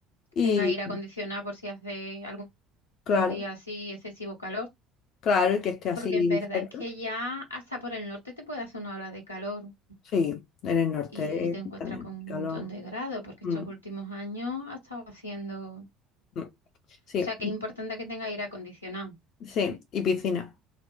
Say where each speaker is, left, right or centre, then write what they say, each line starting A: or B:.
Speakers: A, on the left; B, on the left.
A: Que
B: y
A: tenga aire acondicionado por si hace algún
B: claro,
A: día así excesivo calor,
B: claro, y que esté así
A: porque en verdad
B: cerca.
A: es que ya hasta por el norte te puede hacer una ola de calor
B: Sí, en el norte
A: y te encuentras
B: también,
A: con
B: hace
A: un
B: calor.
A: montón de grados, porque
B: Mm,
A: estos últimos años ha estado haciendo...
B: mm. Sí,
A: O sea que es importante que tenga aire acondicionado.
B: sí,
A: Mm,
B: y piscina.